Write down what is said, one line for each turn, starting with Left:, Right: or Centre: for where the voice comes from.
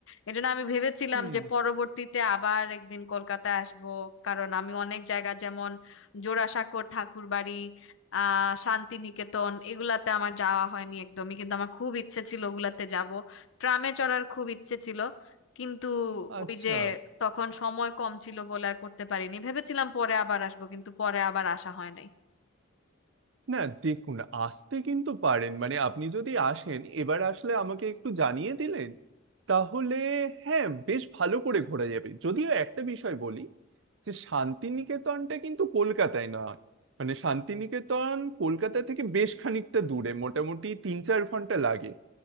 Left: এজন্য আমি ভেবেছিলাম
Right: হুম
Left: যে পরবর্তীতে আবার একদিন কলকাতা আসব কারণ আমি অনেক জায়গা যেমন জোড়াসাঁকোর ঠাকুরবাড়ি আহ শান্তিনিকেতন এগুলাতে আমার যাওয়া হয়নি একদমই কিন্তু আমার খুব ইচ্ছে ছিল ওগুলাতে যাব ট্রামে চড়ার খুব ইচ্ছে ছিল কিন্তু
Right: আচ্ছা
Left: ওই যে তখন সময় কম ছিল বলে আর করতে পারিনি ভেবেছিলাম পরে আবার আসবো কিন্তু পরে আবার আসা হয় নাই
Right: না দেখুন আসতে কিন্তু পারেন মানে আপনি যদি আসেন এবার আসলে আমাকে একটু জানিয়ে দিলেন তাহলে হ্যাঁ বেশ ভালো করে ঘোরা যাবে যদিও একটা বিষয় বলি যে শান্তিনিকেতনটা কিন্তু কলকাতায় নয় মানে শান্তিনিকেতন কলকাতা থেকে বেশ খানিকটা দূরে মোটামুটি তিন চার ঘন্টা লাগে